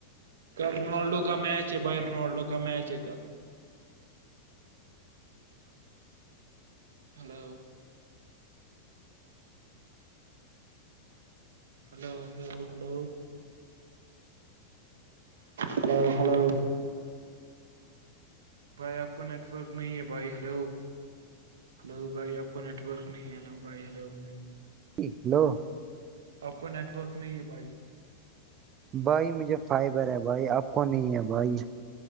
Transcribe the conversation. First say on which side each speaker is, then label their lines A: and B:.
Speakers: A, on the right; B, on the right.
A: کل روناالڈو کا میچ ہے بھائی رنالڈو کا میچ ہے کل hello hello hello hello hello hello بھائی آپ کو نیٹ ورک نہیں ہے بھائی ہلو ہلو بھائی آپ کو نیٹ ورک اپ ہیلو بھائی ہلو ہلو
B: ہیلو
A: آپ کو نیٹ ورک نہیں ہے بھائی
B: بھائی مجھے فائبر ہے بھائی آپ کو نہیں ہے بھائی